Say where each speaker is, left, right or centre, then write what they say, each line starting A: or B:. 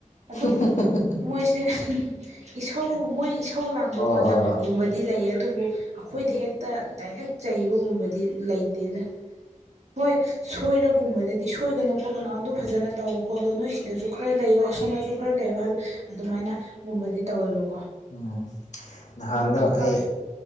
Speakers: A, on the right (about 55°); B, on the left (about 65°).
A: ꯑꯗꯨꯝ
B: ꯍꯥ ꯍꯥ ꯍꯥ <unintelligible>
A: ꯃꯣꯏꯁꯦ ꯏꯁꯧ ꯃꯣꯏ ꯏꯁꯧ ꯂꯥꯡꯕ
B: ꯑꯣ ꯑꯣ
A: ꯃꯇꯝꯒꯨꯝꯕꯗꯤ
B: ꯑꯣ
A: ꯂꯩꯌꯦ ꯑꯗꯨꯕꯨ ꯑꯩꯈꯣꯏꯗ ꯍꯦꯛꯇ ꯗꯥꯏꯔꯦꯛ ꯆꯩꯕꯒꯨꯝꯕꯗꯤ ꯂꯩꯇꯦꯗ ꯍꯣꯏ ꯁꯣꯏꯔꯛ ꯨꯀꯨꯝꯕꯗꯗꯤ ꯁꯣꯏꯒꯅꯨ ꯈꯣꯠꯀꯅꯣ ꯑꯗꯨ ꯐꯖꯅ ꯇꯧ ꯈꯣꯠꯂꯣ ꯅꯣꯏ ꯁꯤꯗꯁꯨ ꯈꯔ ꯂꯩꯌꯣ ꯑꯁꯣꯝꯗꯁꯨ ꯈꯔ ꯂꯩꯌꯣ ꯍꯥꯏꯕꯩ ꯑꯗꯨꯃꯥꯏꯅꯒꯨꯝꯕꯗꯤ ꯇꯧꯋꯦꯕ
B: ꯎꯝ ꯅꯍꯥꯟꯗꯣ
A: ꯀꯥ
B: ꯑꯩ